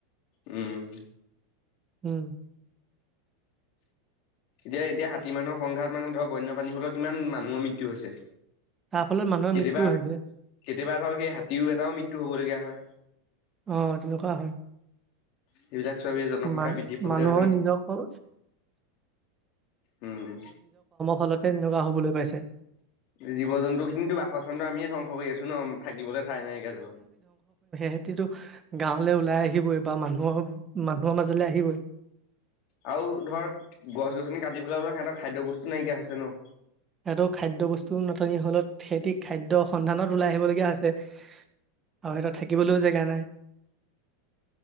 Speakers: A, on the left; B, on the right.
A: উম,
B: উম,
A: এতিয়া - এতিয়া হাতী মানুহৰ সংঘাত মানে ধৰক বন্যপ্ৰাণী হলেও কিমান মানুহৰ মৃত্যু হৈছে।
B: তাৰ ফলত মানুহৰ
A: কেতিয়াবা
B: মৃত্যুও হৈছে।
A: কেতিয়াবা ধৰক সেই হাতীও এটাও মৃত্যু হবলগীয়া হয়।
B: অ' তেনেকুৱা হয়।
A: সেইবিলাক চব এই জনসংখ্যা
B: মান-মানুহৰ
A: বৃদ্ধিৰ ফলতে হৈছে
B: নিজকো
A: উম
B: ফলতে তেনেকুৱা হ'বলৈ পাইছে
A: জীৱ জন্তু খিনিতো বাসস্থানটো আমিয়ে ধ্বংস কৰি আছো ন থাকিবলৈ ঠাই নাইকিয়া জহত।
B: হেতিতটো গাঁৱলৈ ওলাই আহিবই বা মানুহৰ মানুহৰ মাজলৈ আহিবই।
A: আৰু ধৰ গছ গছনি কাটি পেলাই বলে সিহঁতৰ খাদ্য বস্তু নাইকিয়া হৈছে ন।
B: ইহতৰ খাদ্যবস্তুৰ নাটনি হলত খেতিত খাদ্য সন্ধানত ওলাই আহিবলগীয়া হৈছে, আৰু সিহঁতৰ থাকিবলৈ জেগা নাই।